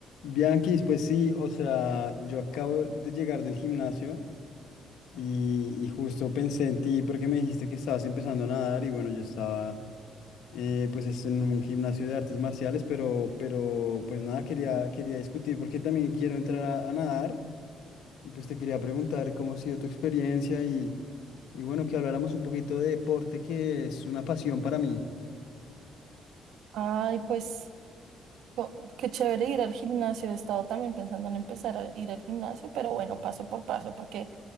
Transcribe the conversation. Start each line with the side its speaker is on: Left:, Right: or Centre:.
Left: Bianquis, pues sí, o sea, yo acabo de llegar del gimnasio y, y justo pensé en ti porque me dijiste que estabas empezando a nadar y bueno, yo estaba eh, pues es en un gimnasio de artes marciales, pero, pero pues nada, quería, quería discutir porque también quiero entrar a, a nadar y pues te quería preguntar cómo ha sido tu experiencia y, y bueno, que habláramos un poquito de deporte que es una pasión para mí.
Right: Ay, pues co- qué chévere ir al gimnasio. He estado también pensando en empezar a ir al gimnasio, pero bueno, paso por paso, porque